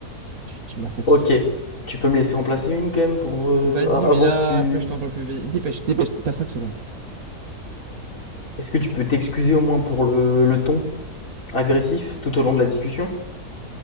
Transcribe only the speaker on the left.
Ok,
tu peux me laisser en placer une quand même pour euh,
a-
avant
que tu.
Est-ce que tu peux t'excuser au moins pour le, le ton agressif tout au long de la discussion?